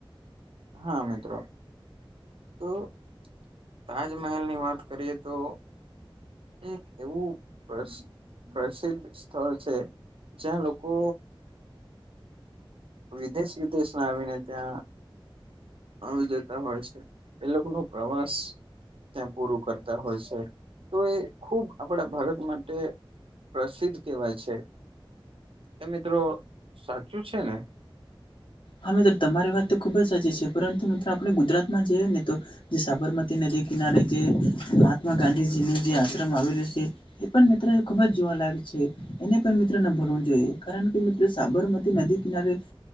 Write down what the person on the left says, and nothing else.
હા મિત્ર તમારી વાત તો ખુબ જ સાચી છે પરંતુ મિત્રો આપણે ગુજરાતમાં જઈએ ને તો જે સાબરમતી નદી કિનારે જે મહાત્મા ગાંધીજી નું જે આશ્રમ આવેલું છે. એ પણ મિત્રને ખુબ જ જોવાલાયક છે એને પણ મિત્રને ભૂલવું જોઈએ કારણ કે સાબરમતી નદી કિનારે